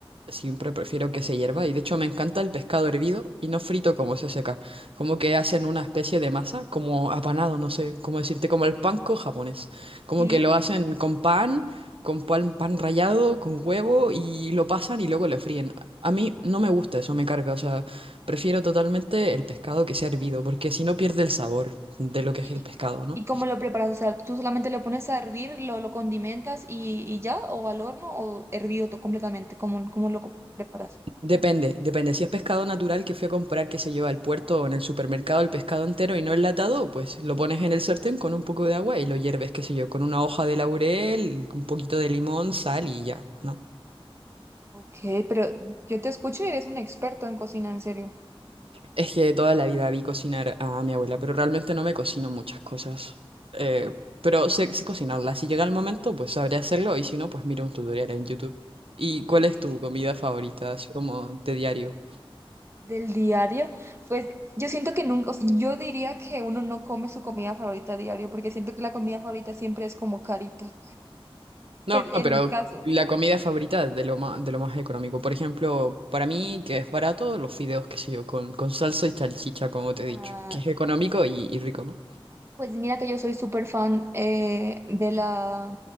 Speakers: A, on the right (about 65°); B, on the right (about 25°).
A: Siempre prefiero que se hierva. Y de hecho me encanta el pescado hervido y no frito como se hace acá. Como que hacen una especie de masa, como apanado, no sé cómo decirte, como el panko japonés. Como
B: sí.
A: que lo hacen con pan, con pan, pan rallado, con huevo y lo pasan y luego lo fríen. A mí no me gusta eso, me carga. O sea, prefiero totalmente el pescado que sea hervido, porque si no pierde el sabor de lo que
B: Y,
A: es el pescado, ¿no?
B: y cómo lo preparas, o sea, tú solamente lo pones a hervir, lo, lo condimentas y, y ya, o al horno, o hervido to- completamente, ¿cómo, cómo lo co- preparas?
A: Depende, depende. Si es pescado natural que fui a comprar, que se lleva al puerto o en el supermercado el pescado entero y no enlatado, pues lo pones en el sartén con un poco de agua y lo hierves, qué sé yo, con una hoja de laurel, un poquito de limón, sal y ya, ¿no?
B: Ok, pero yo te escucho y eres un experto en cocina, en serio.
A: Es que toda la vida vi cocinar a mi abuela, pero realmente no me cocino muchas cosas. Eh, pero sé, sé cocinarla. Si llega el momento, pues sabré hacerlo y si no, pues miro un tutorial en YouTube. ¿Y cuál
B: Ok.
A: es tu comida favorita, así como de diario?
B: Del diario, pues yo siento que nunca, o sea, yo diría que uno no come su comida favorita a diario, porque siento que la comida favorita siempre es como carita.
A: No,
B: Pues en
A: pero
B: mi caso,
A: la comida favorita de lo más, de lo más económico. Por ejemplo, para mí, que es barato, los fideos, qué sé yo, con, con salsa y salchicha, como te he dicho.
B: ah,
A: Que es económico y, y rico, ¿no?
B: Pues mira que yo soy súper fan eh, de la,